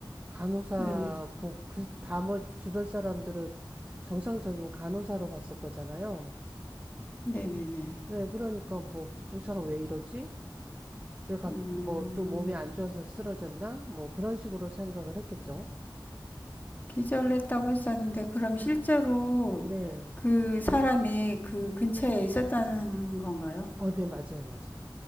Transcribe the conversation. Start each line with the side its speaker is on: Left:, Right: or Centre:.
Right: 간호사
Left: 네,
Right: 보, 그, 다머 주변 사람들은 정상적인 간호사로 봤을 거잖아요.
Left: 네네네.
Right: 네, 그러니까 뭐, 어, 이 사람 왜 이러지? 왜 갑,
Left: 음,
Right: 뭐, 또 몸이 안 좋아서 쓰러졌나? 뭐, 그런 식으로 생각을 했겠죠.
Left: 기절했다고 했었는데, 그럼 실제로
Right: 네.
Left: 그 사람이 그 근처에 있었다는 건가요?
Right: 어, 네, 맞아요. 맞아요.